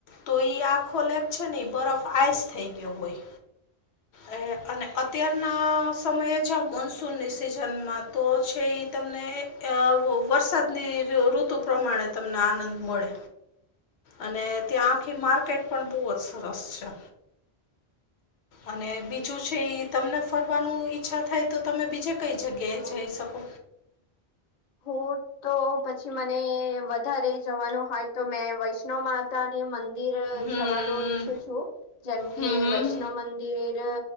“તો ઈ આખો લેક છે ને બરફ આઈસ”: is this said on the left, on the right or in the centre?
Left